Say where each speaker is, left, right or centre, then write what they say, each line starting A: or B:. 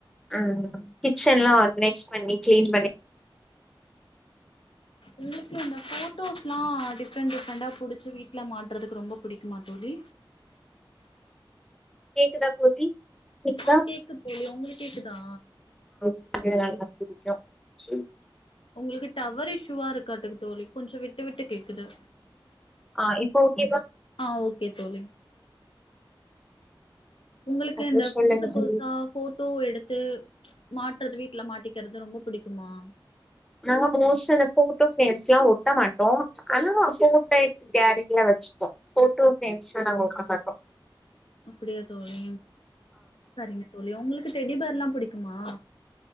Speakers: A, in the centre; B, on the left.
A: ஆஹ் கிச்சன்லாம் ஆர்கனைஸ் பண்ணி க்ளீன் பண்ணி
B: எங்களுக்கு இந்த போட்டோஸ் எல்லாம் டிஃரெண்ட் டிஃரெண்டா புடிச்சு வீட்டுல மாட்டுறதுக்கு ரொம்ப புடிக்குமா தோழி
A: கேக்குதா தோழி கேக்குதா
B: ஆஹ் கேக்குது தோழி உங்களுக்கு கேக்குதா
A: <unintelligible>
B: உங்களுக்கு டவர் இஷ்யுவா இருக்காட்டுக்கு தோழி கொஞ்சம் விட்டு விட்டு கேக்குது
A: ஆஹ் இப்ப ஓகே வா
B: ஆ ஓகே தோழி உங்களுக்கு
A: அப்றோ
B: இந்த
A: சொல்லுங்க
B: புதுசா புதுசா
A: தோழி
B: போட் பூ எடுத்து மாட்டுறது வீட்டுல மாட்டிக்கிறது ரொம்ப பிடிக்குமா
A: நாங்க மோஸ்டா போட்டோ பிரேம்ஸ் எல்லாம் ஒட்ட மாட்டோம் ஆனா போட்ட கேலரிய வச்சுப்போம் போட்டோ பிரேம்ஸ் நாங்க ஒட்ட மாட்டோம்
B: அப்படியா தோழி சரிங்க தோழி உங்களுக்கு டெடிபர்ல்லாம் புடிக்குமா